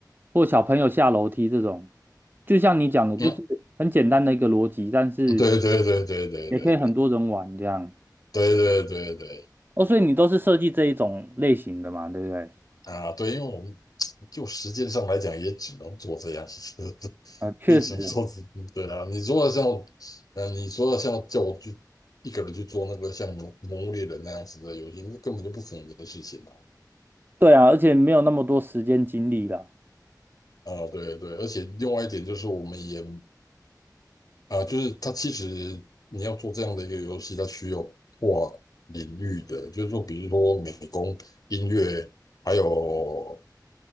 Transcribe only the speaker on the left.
嗯，
对对对对对对
对对对对
啊，对，因为我们 <tsk> 就时间上来讲，也只能做这样，<laughs> 子，
也只能做这，对啊。你说像，嗯、你说像叫我去一个人去做那个像《魔魔物猎人》那样子的游戏，那根本就不可能的事情啊。
啊，对对，而且另外一点就是，我们也啊，就是它其实你要做这样的一个游戏，它需要跨领域的，就是说，比如说美工、音乐，还有